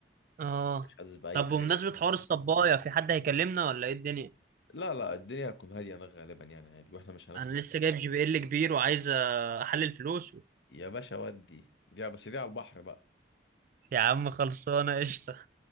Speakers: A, on the right; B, on the left.
A: آه
B: مش حاسس باي
A: طب
B: حاجه
A: بمناسبة حوار الصباية في حد هيكلمنا ولا إيه الدنيا
B: لا لا الدنيا هتكون هاديه انا غالبا يعني عادي واحنا مش هنخرب
A: أنا لسه جايب جي بي إل كبير وعايز آه، أحلل فلوس
B: يا باشا ودي دي بس دي على البحر بقى
A: يا عم خلصانة قشطة